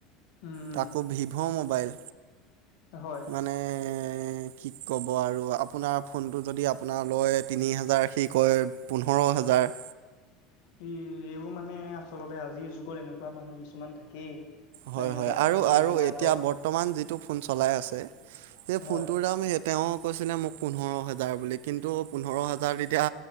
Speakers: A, on the left; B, on the right.
A: উম উম
B: তাকো ভিভ' মোবাইল,
A: হয়
B: মানে কি ক'ব আৰু আপোনাৰ ফোনটো যদি আপোনাৰ লয় তিনি হেজাৰ সি কয় পোন্ধৰ হেজাৰ।
A: ই এইও মানে আচলতে আজিৰ যুগত এনেকুৱা মানুহ কিছুমান থাকেই।
B: হয়
A: মানে এনেকুৱা
B: হয়
A: ফুটনিঅলা
B: আৰু আৰু এতিয়া
A: হওক
B: বৰ- বৰ্তমান যিটো ফোন চলাই আছে সেই ফোনটোৰ
A: হয়
B: দাম সেই তেওঁ কৈছিলে মোক পোন্ধৰ হেজাৰ বুলি কিন্তু পোন্ধৰ হেজাৰ তেতিয়া